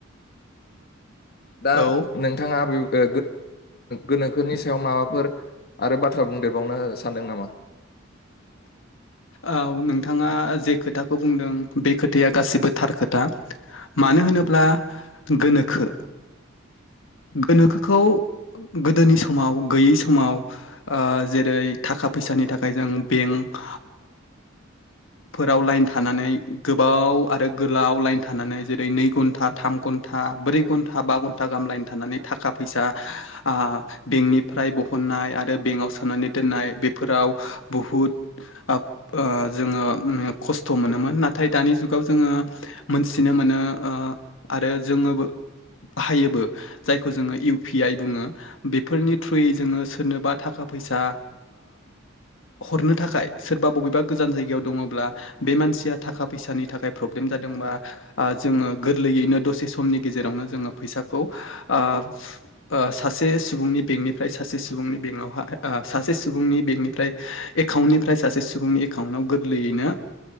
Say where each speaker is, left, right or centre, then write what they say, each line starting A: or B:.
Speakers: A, on the left; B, on the left.
A: दा
B: औ
A: नोंथाङा बे ओ गोनोखोनि सायाव माबाफोर आरो बाथ्रा बुंदेरबावनो सानदों नामा?
B: औ नोंथाङा जे खोथाखौ बुंदों बे खोथाया गासिबो थार खोथा मानो होनोब्ला गोनोखो
A: <inaudible>
B: गोनोखोखौ गोदोनि समाव गैयै समाव ओ जेरै थाखा फैसा फिसानि थाखाय जों बेंक फोराव लाइन थानानै गोबाव आरो गोलाव लाइन थानानै जेरै नै घन्टा थाम घन घ ब्रै घा बा घन गाहामलाायनि थानानै थाखा फैसा ओ बेंकनिफ्राय ब खननाय आरो बेंकआव सोनानै दोननाय बेफोराव बुहुद ओ जोङो खस्थ' मोनोमोन नाथाय दानि जुगाव जोङो मोनथिनो मोनो ओ आरो जोङोबो बाहायोबो जायखौ जोङो इउ पि आइ बुङो बेफोरनि थ्रुयै जोङो सोरनोबा थाखा फैसा हरनो ओ थाखाय सोरबा बबेबा गोजान जायगायाव दङब्ला बे मानसिया थाखा फैसानि थाखाय प्रब्लेम जादोंबा ओ जोङो गोरलैयैनो दसे समनि गेजेरावनो जोङो फैसाखौ ओ ओ सासे सुबुं बेकनिफ्राय सासे सुबुंनि बेक आव हा सासे सुबुंनि बेकनिफ्राय सासे सुबुंनि एकाउन्टाव गोरलैयैनो